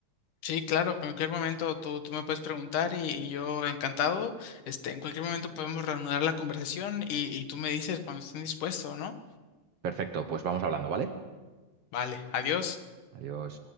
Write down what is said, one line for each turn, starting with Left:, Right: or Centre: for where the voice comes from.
Left: Sí, claro, en cualquier momento tú, tú me puedes preguntar y, y yo encantado. Este, en cualquier momento podemos reanudar la conversación y, y tú me dices cuando estés dispuesto, ¿no?
Right: Perfecto, pues vamos hablando, ¿vale?
Left: Vale, adiós.
Right: Adiós.